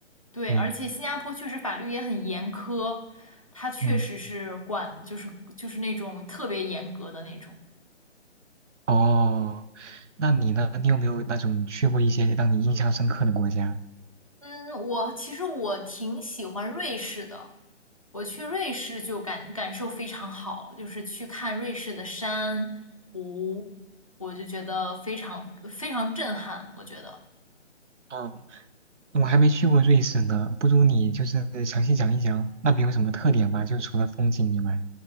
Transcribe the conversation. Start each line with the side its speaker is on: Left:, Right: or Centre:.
Left: 对，
Right: 嗯
Left: 而且新加坡确实法律也很严苛，它确实是管，
Right: 嗯。
Left: 就是就是那种特别严格的那种。
Right: 哦，那你呢？你有没有那种去过一些让你印象深刻的国家？
Left: 嗯，我其实我挺喜欢瑞士的，我去瑞士就感感受非常好，就是去看瑞士的山湖，我就觉得非常非常震撼，我觉得。
Right: 嗯，我还没去过瑞士呢，不如你就是详细讲一讲那边有什么特点吧，就除了风景以外。